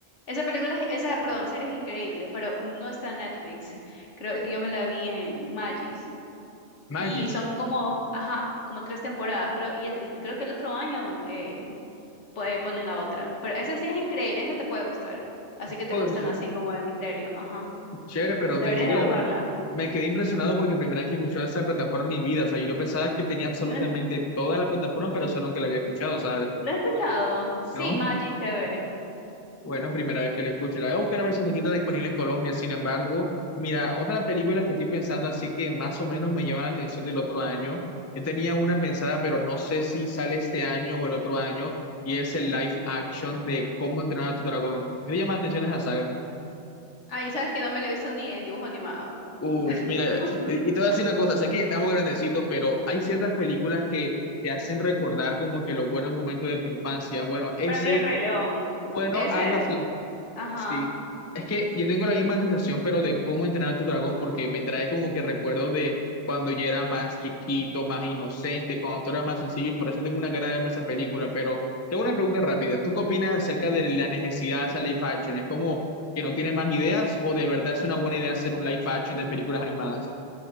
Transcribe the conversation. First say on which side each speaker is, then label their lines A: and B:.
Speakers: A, on the left; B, on the left.
A: Esa película, es- esa, perdón, serie es increíble, pero no está en Netflix. Creo, yo me la vi en Magis.
B: Magis,
A: Y son como, ajá, como tres temporadas, creo. Y es- y creo que el otro año eh, puede, ponen la otra. Pero ese sí es increíble, ese te puede gustar. Así que
B: puede
A: te gustan
B: ser,
A: así como de misterio, ajá.
B: chévere, pero
A: Deberías
B: te digo
A: de
B: la
A: buscarla.
B: verdad. Me quedé impresionado porque primera vez que escuché esa plataforma en mi vida, o sea, yo pensaba que tenía absolutamente
A: ¿No, he
B: toda la plataforma, pero solo nunca la había escuchado, ¿sabes?
A: no he escuchado? Sí,
B: ¿No?
A: Maggie TV.
B: Bueno, primera vez que la escucho, la voy a buscar a ver si está disponible en Colombia, sin embargo, mira, otra película que estoy pensando así que más o menos me llama la atención del otro año, yo tenía una pensada, pero no sé si sale este año o el otro año, y es el live action de Cómo entrenar a tu dragón. Me llama la atención esa saga.
A: Ay, sabes que no me la he visto ni en dibujo animado.
B: Uf, mira,
A: <laughs>
B: y y te voy a decir una cosa, sé que ya estamos grandecitos, pero hay ciertas películas que te hacen recordar como que los buenos momentos de tu infancia. Bueno, ese,
A: Para mí el Rey León.
B: bueno,
A: Ese,
B: algo así,
A: ajá.
B: sí. Es que yo tengo la misma sensación, pero de cómo entrenar a tu dragón, porque me trae como que recuerdos de cuando yo era más chiquito, más inocente, cuando todo era más sencillo, y por eso tengo una gana de verme esa película. Pero tengo una pregunta rápida. ¿Tú qué opinas acerca de la necesidad de hacer live action? ¿Es como que no tiene más ideas o de verdad es una buena idea hacer un live action de películas animadas?